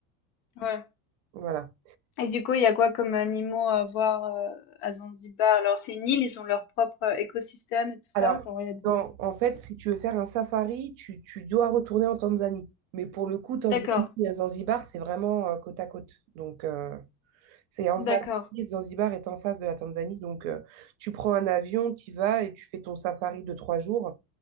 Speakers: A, on the left (about 75°); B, on the right (about 60°).
A: ouais.
B: Voilà.
A: Et du coup, il y a quoi comme animaux à voir euh, à Zanzibar? Alors, c'est une île, ils ont leur propre euh, écosystème et tout ça.
B: Alors,
A: Genre, il y a des...
B: dans- en
A: des-
B: fait, si tu veux faire un safari, tu, tu dois retourner en Tanzanie. Mais pour le coup, Tanzanie
A: D'accord,
B: et Zanzibar, c'est vraiment euh, côte à côte. Donc, euh, C'est en face,
A: d'accord.
B: Zanzibar est en face de la Tanzanie, donc euh, tu prends un avion, tu vas et tu fais ton safari de trois jours,